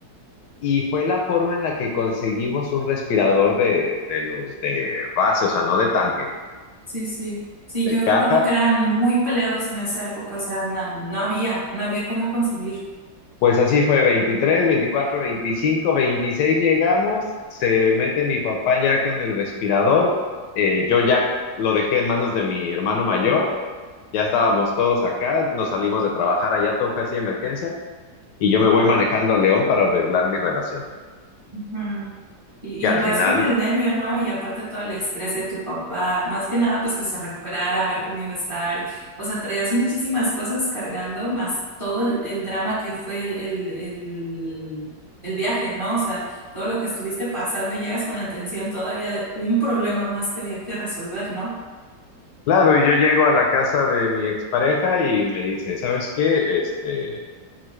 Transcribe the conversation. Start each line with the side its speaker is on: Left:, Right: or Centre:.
Left: y fue la forma en la que conseguimos un respirador de, de los de base, o sea, no de tanque,
Right: Sí, sí. Sí,
Left: de
Right: yo
Left: caja,
Right: recuerdo que eran muy peleados en esa época, o sea, na- no, había, no había cómo conseguir.
Left: Pues así fue, 23, 24, 25, 26 llegamos, se mete mi papá ya con el respirador, eh, yo ya lo dejé en manos de mi hermano mayor, ya estábamos todos acá, nos salimos de trabajar allá, todo fue así de emergencia, y yo me voy manejando a León para arreglar mi relación.
Right: Ujú. Y,
Left: Y al
Right: y vas
Left: final,
Right: con el nervio, ¿no? Y aparte todo el estrés de tu papá, más que nada, pues que se recuperara, a ver cómo iba a estar. O sea, traías muchísimas cosas cargando, más todo el, el drama que fue el, el, el, el viaje, ¿no? O sea, todo lo que estuviste pasando y llegas con la atención todavía de un problema más que había que resolver, ¿no?
Left: claro, y yo llego a la casa de mi expareja y me dice, ¿sabes qué? Este,